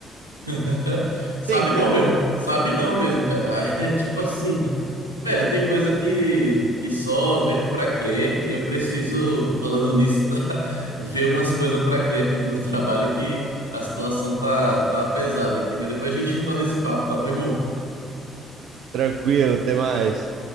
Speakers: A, on the right; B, on the right.
A: <laughs> Sabe
B: Você entendeu?
A: não, mesmo. Sabe não mesmo, cara. <laughs> É tipo assim, velho, tem coisa que, que só vendo pra crer e eu preciso, falando nisso, <laughs> da- ver umas coisas pra crer aqui do meu trabalho que a situação tá, tá pesada aqui. Mas depois a gente retorna esse papo, tá bom, irmão?
B: Tranquilo, até mais.